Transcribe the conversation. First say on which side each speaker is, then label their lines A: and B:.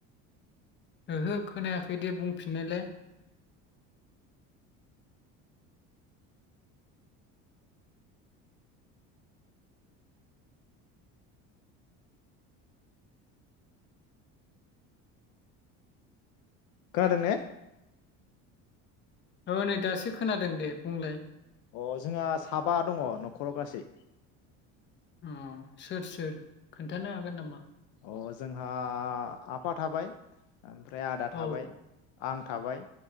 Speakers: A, on the left; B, on the left.
A: ओहो खोनायाखै दे बुंफिननायलाय
B: खोनादों ने
A: ओ नै दासो खोनादों दे बुंलाय।
B: अ जोंहा साबा दङ नखराव गासै
A: अ सोर सोर खोन्थानो हागोन नामा?
B: अ जोंहा आफा थाबाय ओमफ्राय आदा थाबाय
A: औ
B: आं थाबाय